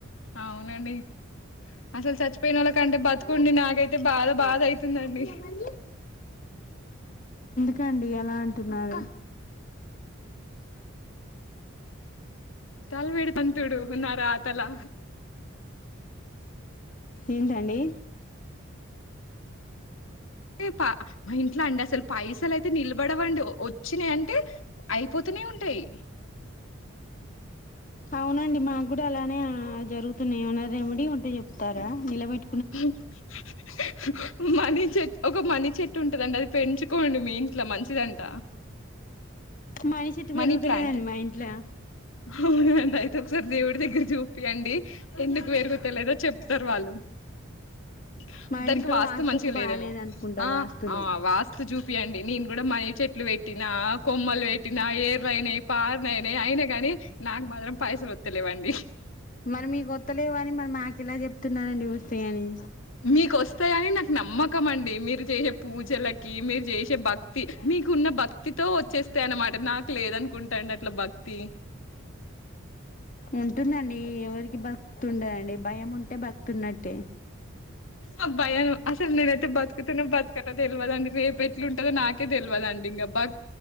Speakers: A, on the left (about 75°); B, on the left (about 40°).
A: అవునండి అసల్ చచ్చిపోయిన్నోళ్ళకంటే
B: మమ్మీ
A: బతుకుండి నాకైతే బాధ
B: అక్క
A: బాధైతుందండి
B: ఎవరిది కండి ఎలా అంటున్నారు
A: తల్ పెడ్తామ్ తుడు నాక్ రాతలా
B: ఏంటండి
A: హే పా మా ఇంట్లో అండసలు పైసలై త్ నిలబడవండి వచ్చినాయంటే అయిపోతూనే ఉంటాయ్
B: అవునండి మాక్ కూడా అలానే జరుగు తున్నాయ్ ఏమన్నా రెమిడీ ఉంటే చెప్తారా నిలబెట్
A: <unintelligible> మనీ చెట్ ఒక మనీ చెట్టు ఉంటదండి అది పెంచుకోండి మీ ఇంట్లో మంచిదంట
B: మనీసెట్టు పెరుగుతాలేదండి
A: మనీ ప్లాంట్
B: మాఇంట్ల
A: అవునండి అయితే ఒక్సారి దేవుడి దగ్గర జూపియండి ఎందుకు పెరుగుతాలేదో చెప్తార్ వాళ్ళు హ్
B: మా
A: దానికి
B: ఇంట్లో
A: వాస్తు
B: వాస్తుకు
A: మంచిగా లేదేమో
B: బాలేదు అనుకుంటా
A: ఆ
B: వాస్తులు
A: అ వాస్తు జూప్ పియండి నేను కూడా మనీ చెట్లు వెట్టినా కొమ్మలు పెట్ట్ టిన ఎర్లైనయ్ పార్లయ్నై అయినా గాని నాకు మాత్రం పైసలు ఒత్తలేవండి
B: మరి మీకొత్తలేవని మరి మాకు కెలా చెప్తున్నారండి వస్తాయని
A: మీకోస్తాయని నాకు నమ్మకమ్మాన్డి మీరు చేసే పూజలక్ కి మీరు చేసే భక్తి మీకున్న భక్తితో వచ్చేస్తాయ్ అనమాట నాకు లేదనుకుంటండీ అట్లా భక్తి
B: ఉంటుందండి ఎవరికి భక్తుండదండి భముంటే భక్తున్నట్టే
A: అ భయం అసల్ నేన్ ఎట్ ట్ బతుక్తానో బతకానో తెల్వదండి రేపేట్లుంటాదో నాకే తెల్వదండి ఇంగ బక్